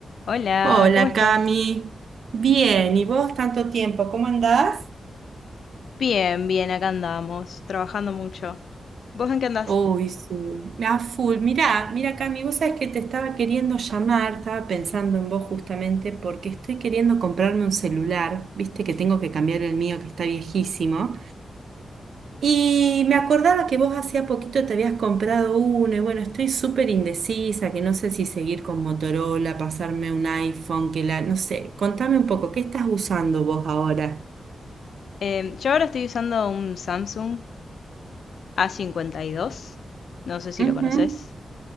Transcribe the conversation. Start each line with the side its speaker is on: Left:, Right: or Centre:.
Left: Hola,
Right: Hola
Left: ¿cómo estás?
Right: Cami, bien, ¿y vos tanto tiempo? ¿Cómo andás?
Left: Bien, bien, acá andamos, trabajando mucho. ¿Vos en qué andás?
Right: Uy, sí, a full. Mirá, mira Cami, vos sabés que te estaba queriendo llamar, estaba pensando en vos justamente porque estoy queriendo comprarme un celular, viste que tengo que cambiar el mío que está viejísimo. Y me acordaba que vos hacía poquito te habías comprado uno y bueno, estoy súper indecisa, que no sé si seguir con Motorola, pasarme un iPhone, que la, no sé, contame un poco, ¿qué estás usando vos ahora?
Left: Em, yo ahora estoy usando un Samsung A52, no sé si
Right: Ujú.
Left: lo conoces.